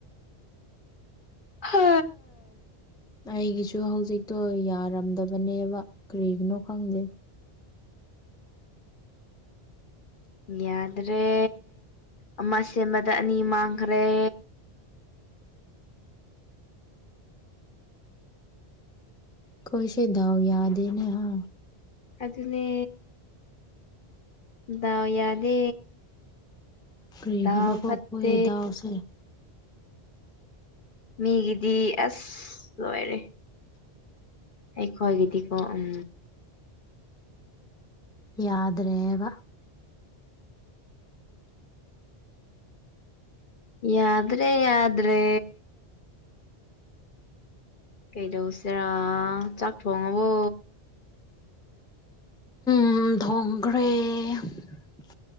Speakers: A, on the left (about 50°); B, in the centre.
A: ꯍꯥ
B: ꯑꯩꯒꯤꯁꯨ ꯍꯧꯖꯤꯛꯇꯣ ꯌꯥꯔꯝꯗꯕꯅꯦꯕ ꯀꯔꯤꯒꯤꯅꯣ ꯈꯪꯗꯦ
A: ꯌꯥꯗ꯭ꯔꯦ ꯑꯃ ꯁꯦꯝꯕꯗ ꯑꯅꯤ ꯃꯥꯡꯈ꯭ꯔꯦ
B: ꯈꯣꯏ ꯁꯤ ꯗꯥꯎ ꯌꯥꯗꯦꯅꯦ ꯍꯥ
A: ꯑꯗꯨꯅꯦ ꯗꯥꯎ ꯌꯥꯗꯦ
B: ꯀꯔꯤꯒꯤꯔꯀꯣ
A: ꯗꯥꯎ ꯐꯠꯇꯦ
B: ꯑꯩꯈꯣꯏ ꯗꯥꯎꯁꯦ
A: ꯃꯤꯒꯤꯗꯤ ꯂꯣꯏꯔꯦ ꯑꯩꯈꯣꯏꯒꯤꯗꯤꯀꯣ ꯎꯝ
B: ꯌꯥꯗ꯭ꯔꯦꯕ
A: ꯌꯥꯗ꯭ꯔꯦ ꯌꯥꯗ꯭ꯔꯦ ꯀꯩꯗꯧꯁꯦꯔꯥ ꯆꯥꯛ ꯊꯣꯡꯉꯕꯣ
B: ꯊꯣꯡꯒ꯭ꯔꯦ